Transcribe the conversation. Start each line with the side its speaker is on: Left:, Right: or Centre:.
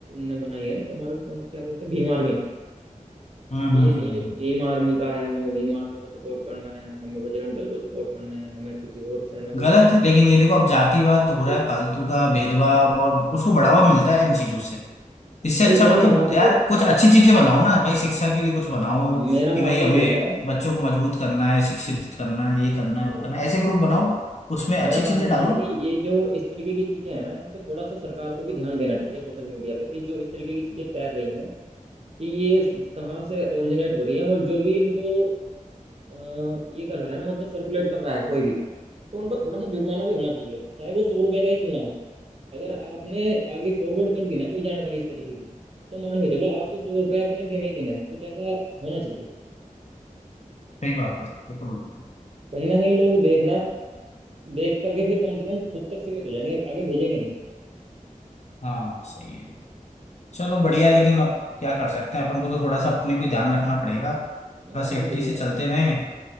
Right: ने बनाई है चमार को कौन सी क्या बोलते हैं भीम आर्मी
Left: हम्म
Right: ये
Left: हम्म,
Right: भीम
Left: हम्म। हम्म,
Right: भीम आर्मी का है हमें भीम आर्मी को सपोर्ट करना है हमें बजरंग दल को सपोर्ट करना है हमें किसी और सेना को
Left: गलत
Right: बस
Left: है लेकिन ये देखो अब जातिवाद हो
Right: ये-
Left: रहा है फालतू का भेदभाव और उसको बढ़ावा मिलता है इन चीजों से इससे
Right: भाई
Left: अच्छा
Right: मेरे
Left: मतलब
Right: हिसाब से
Left: यार
Right: तो
Left: कुछ अच्छी चीजें बनाओ ना भाई शिक्षा के लिए कुछ बनाओ कि
Right: मेरा मानना
Left: भाई हमें
Right: ये है
Left: बच्चों को मजबूत करना है शिक्षित करना है ये करना
Right: नहीं,
Left: है वो करना है ऐसे ग्रुप बनाओ उसमें अच्छी
Right: मेरा मानना
Left: चीजें डालो
Right: है कि ये जो इस तरीके की चीजें हैं ना इन पे थोड़ा सा सरकार को भी ध्यान देना चाहिए सोशल मीडिया पे कि जो इस तरीके की चीजें तैर रही हैं कि ये कहाँ से ओरिजिनेट हो रही है और जो भी इनको अ, ये कर रहा है ना मतलब सर्कुलेट कर रहा है कोई भी तो उन पर थोड़ा सा जुर्माना भी होना चाहिए चाहे वो सौ रुपए का ही क्यों ना हो अगर आपने आगे फॉरवर्ड कर दी ना कोई जानकारी इस तरीके की तो मान के चलो आपको सौ रुपये आपने देने ही देने हैं कुछ ऐसा होना चाहिए
Left: सही बात है ये तो बिल्कुल।
Right: कहीं ना कहीं लोग देखना देख करके फिर कम से कम खुद तक सीमित हो जाएंगे आगे भेजेंगे नहीं
Left: हाँ सही है चलो
Right: है
Left: बढ़िया है, लेकिन अब क्या कर सकते हैं अपन को तो थोड़ा सा अपने को ध्यान रखना पड़ेगा थोड़ा
Right: ना हाँ
Left: सेफ्टी
Right: सर सही
Left: से
Right: बात
Left: चलते
Right: है
Left: रहें